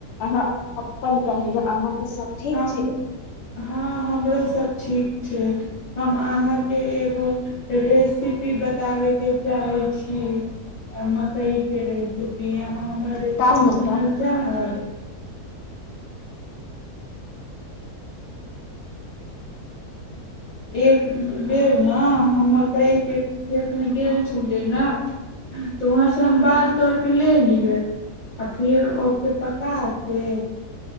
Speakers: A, on the left (about 80°); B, on the left (about 40°).
A: अहाँ अपन कहू जे अहाँ त सब ठीक
B: हम
A: छै
B: हँ हमरो सब ठीक छै हम अहाँके एगो रेसिपी बताबैके चाहै छी म सहके रेसिपी अहाँ हमर
A: बताउ
B: रेसिपी
A: ने
B: सुनै
A: तऽ
B: लए चाहब एक बेर ने हम मक्कइके खेतमे गेल छलियै ने तऽ वहाँसँ हम बाल तोड़ि कऽ लियै आ फेर ओके पका कऽ